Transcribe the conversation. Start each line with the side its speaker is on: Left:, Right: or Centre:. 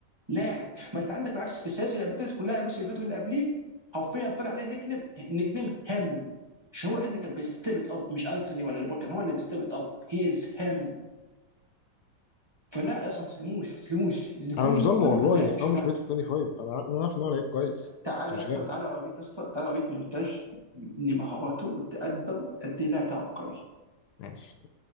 Right: لاعب ما انت عندك بالعكس في السلاسل اللي قبل فاتت كلها الموسم اللي فات واللي قبليه حرفيا طلع عليه نيك نيم نيك نيم هم مش هو عدل اللي كان بيستيب إت اب مش انثوني ولا ليبر كان هو اللي بيستيب إت اب هي از هم فلا يا اسطى ما تسلموش ما تسلموش لان كله
Left: أنا مش ظالمه
Right: كله
Left: والله
Right: كان واقع
Left: بس
Right: مش
Left: هو
Right: هو
Left: مش
Right: لوحده
Left: بيست 25 أنا عارف أنا عارف إن هو لعيب كويس
Right: تعالى
Left: بس مش
Right: يا اسطى
Left: جامد
Right: تعالى اوريك يا اسطى تعالى اوريك مونتاج لمهاراته والتقدم قد ايه اللاعب ده عبقري
Left: ماشي